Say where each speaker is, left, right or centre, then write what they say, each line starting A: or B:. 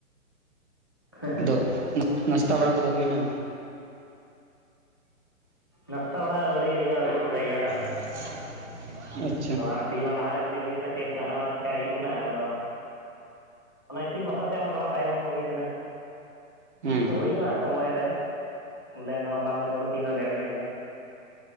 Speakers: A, on the left (about 15°); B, on the right (about 50°).
A: ᱦᱮᱸ ᱦᱮᱸ
B: ᱫᱚ ᱱᱟᱥᱛᱟ ᱵᱟᱲᱟ ᱠᱚᱫᱚ ᱦᱩᱭᱱᱟ,
A: ᱱᱟᱥᱛᱟ ᱵᱟᱲᱟ ᱟᱹᱣᱨᱤ ᱦᱩᱭᱩᱜᱼᱟ ᱟᱹᱣᱨᱤ ᱠᱚ ᱛᱮᱭᱟᱨᱟ,
B: <inaudible>
A: ᱛᱷᱚᱲᱟ ᱛᱤᱦᱤᱧ ᱢᱟ ᱞᱟᱦᱟᱨᱮ ᱵᱮᱨᱮᱫ ᱦᱩᱭ ᱠᱟᱱᱟ ᱪᱮᱫ ᱢᱤᱫᱴᱟᱝ ᱦᱟᱱᱟ ᱱᱚᱣᱟ ᱪᱤᱠᱟᱹᱭ ᱦᱩᱭᱩᱜ ᱠᱟᱱᱟ ᱟᱫᱚ, ᱚᱱᱟ ᱤᱥᱤᱱ ᱵᱟᱥᱟᱝ ᱥᱮᱫ ᱢᱟ ᱛᱷᱚᱲᱟ ᱛᱟᱭᱚᱢ ᱦᱩᱭ ᱠᱟᱱᱟ,
B: ᱦᱩᱸ
A: ᱦᱩᱭᱩᱜᱼᱟ ᱦᱟᱜ ᱥᱚᱢᱳᱚᱭ ᱨᱮ ᱵᱚᱞᱮ ᱦᱩᱞᱟ ᱢᱟᱫᱷᱮᱨ ᱠᱷᱚᱱ ᱫᱚ ᱛᱮᱦᱮᱧ ᱫᱚ ᱞᱮᱴ ᱧᱚᱜ ᱜᱮᱭᱟ,